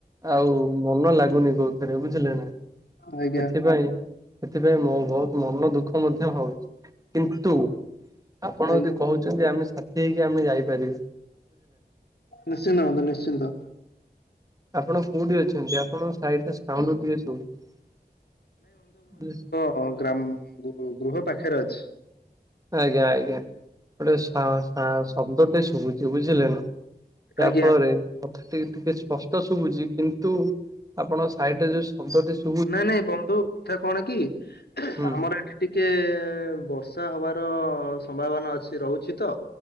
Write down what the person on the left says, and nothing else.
ଆଜ୍ଞା
ଆଜ୍ଞା
ନିଶ୍ଚିନ୍ତ ହନ୍ତୁ ନିଶ୍ଚିନ୍ତ।
ହଁ ଗ୍ରାମ ଗୃହ ପାଖରେ ଅଛି।
ଆଜ୍ଞା।
ନାଇଁ ନାଇଁ ବନ୍ଧୁ କଥା କଣ କି
ଆମର ଏଠି ଟି ଟିକେ ବର୍ଷା ହବାର ସମ୍ଭାବନା ଅଛି ରହୁଛି ତ